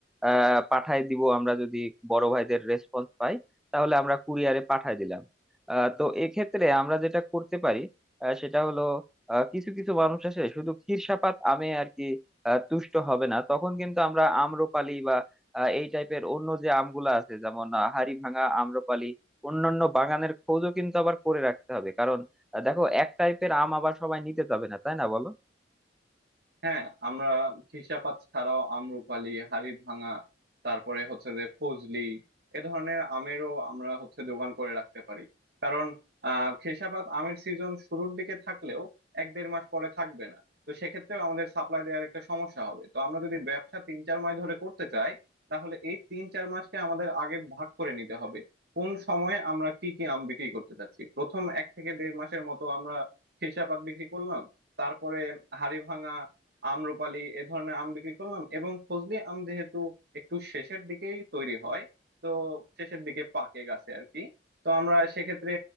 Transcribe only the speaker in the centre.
আহ পাঠায় দিব আমরা যদি বড় ভাইদের রেসপন্স পাই তাহলে আমরা কুরিয়ারে পাঠায় দিলাম আহ, তো এক্ষেত্রে আমরা যেটা করতে পারি আহ, সেটা হলো আহ কিছু কিছু মানুষ আছে শুধু ক্ষীরসাপাত আমে আর কি আহ তুষ্ট হবে না তখন কিন্তু আমরা আম্রপালি বা আহ, এই টাইপের অন্য যে আমগুলা আছে যেমন আহ, হাড়িভাঙা আম্রপালি অন্যান্য বাগানের খোঁজও কিন্তু আবার করে রাখতে হবে কারণ আহ, দেখো এক টাইপের আম আবার সবাই নিতে যাবে না তাই না বলো